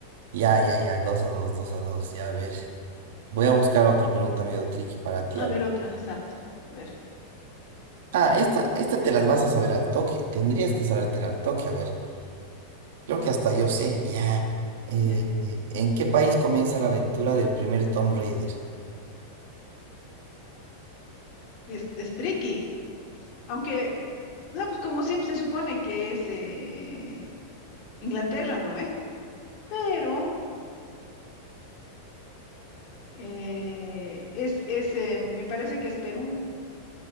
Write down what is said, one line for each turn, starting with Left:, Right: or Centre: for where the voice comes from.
Right: Ya, ya, ya. dos a 2 2 a 2. Ya, a ver. Voy a buscar otra pregunta medio tricky para ti.
Left: A
Right: A
Left: ver,
Right: ver.
Left: otra, exacto. A ver,
Right: Ah, esta, esta te las vas a saber al toque. Tendrías que sabértela al toque. A ver, creo que hasta yo sé, ya. Eh,
Left: ya.
Right: eh, ¿en qué país comienza la aventura del primer Tomb Raider?
Left: Es, es tricky. Aunque, no, pues como siempre se supone que es eh, Inglaterra, ¿no? ¿Eh? Pero eh, es, es eh, me parece que es Perú.